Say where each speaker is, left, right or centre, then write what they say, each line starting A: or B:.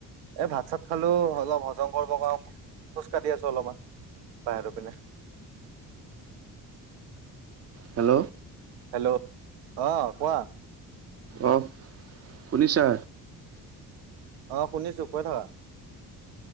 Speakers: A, on the right; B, on the right.
A: এই ভাত চাত খালো অলপ হজম কৰিব কাৰ খোজ কঢ়ি আছো অলপমান। বাইিৰৰপিনে।
B: হেল্ল'
A: হেল্ল' আহ কোৱা
B: অ, শুনিছা?
A: আহ শুনিছো কৈ থাকা।